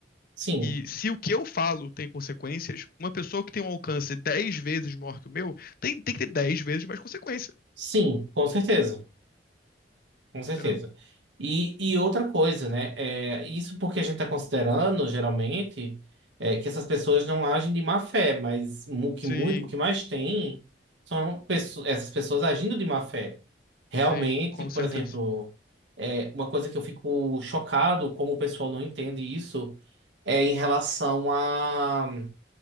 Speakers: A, on the right (about 80°); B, on the left (about 50°).
A: sim,
B: E se o que eu falo tem consequências, uma pessoa que tem um alcance dez vezes maior que o meu tem, tem que ter 10 vezes mais consequência,
A: sim, com certeza. Com certeza.
B: entendeu?
A: E, e outra coisa, né? É, isso porque a gente está considerando, geralmente, é, que essas pessoas não agem de má fé, mas o que,
B: Sim,
A: muito, o que mais tem são pesso- essas pessoas agindo de má fé. Realmente,
B: sim, com
A: por
B: certeza.
A: exemplo, é, uma coisa que eu fico chocado como o pessoal não entende isso é em relação a